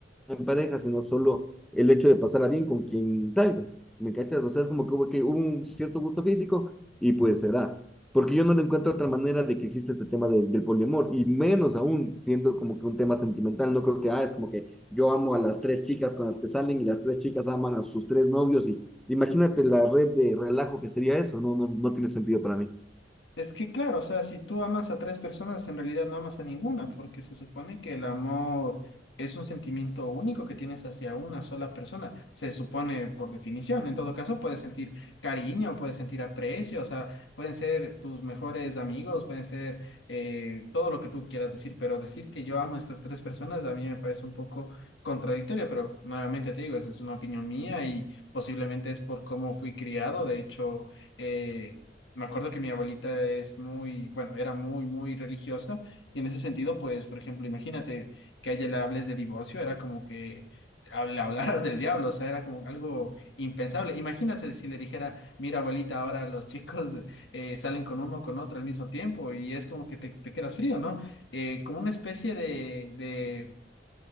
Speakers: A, in the centre; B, on the left.
A: en pareja, sino solo el hecho de pasarla bien con quien salga. ¿Me cachas? O sea, es como que hubo, que hubo un cierto gusto físico y pues se da. Porque yo no le encuentro otra manera de que exista este tema de- del poliamor, y menos aún siendo como que un tema sentimental. No creo que, ah, es como que yo amo a las tres chicas con las que salen y las tres chicas aman a sus tres novios. Y imagínate la red de relajo que sería eso, no, no, no tiene sentido para mí.
B: Es que claro, o sea, si tú amas a tres personas, en realidad no amas a ninguna, porque se supone que el amor es un sentimiento único que tienes hacia una sola persona. Se supone por definición. En todo caso, puedes sentir cariño, puedes sentir aprecio, o sea, pueden ser tus mejores amigos, pueden ser eh, todo lo que tú quieras decir, pero decir que yo amo a estas tres personas a mí me parece un poco contradictorio, pero nuevamente te digo, esa es una opinión mía y posiblemente es por cómo fui criado. De hecho, eh, me acuerdo que mi abuelita es muy, bueno, era muy, muy religiosa y en ese sentido, pues, por ejemplo, imagínate que a ella le hables de divorcio, era como que hab- le hablaras del diablo, o sea, era como algo impensable. Imagínate si le dijera, mira, abuelita, ahora los chicos eh, salen con uno, con otro al mismo tiempo y es como que te, te quedas frío, ¿no? Eh, como una especie de, de,